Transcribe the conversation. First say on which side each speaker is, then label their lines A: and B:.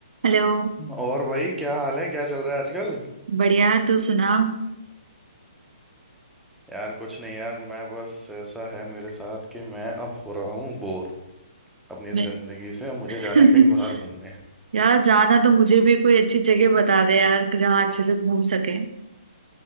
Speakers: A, on the right (about 70°); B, in the centre.
A: Hello
B: और भाई क्या हाल है क्या चल रहा है आजकल
A: बढ़िया तू सुना
B: यार कुछ नहीं यार मैं बस ऐसा है मेरे साथ कि मैं अब हो रहा हूँ बोर अपनी
A: मैं
B: जिंदगी से और मुझे
A: <laughs>
B: जाना है कहीं बाहर घूमने
A: यार जाना तो मुझे भी कोई अच्छी जगह बता दे यार जहाँ अच्छे से घूम सके